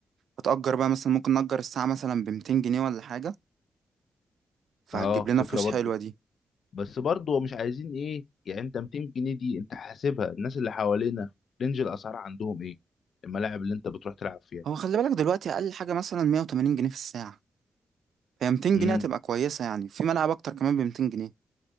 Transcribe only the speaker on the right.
هتأجر بقى مثلا ممكن نأجر الساعة مثلا بمتين جنيه ولا حاجة فهتجيب
لنا
فلوس
حلوة دي
هو خلي بالك دلوقتي أقل حاجة مثلا 180 جنيه في الساعة هي 200
جنيه هتبقى كويسة يعني في ملعب أكتر كمان ب 200 جنيه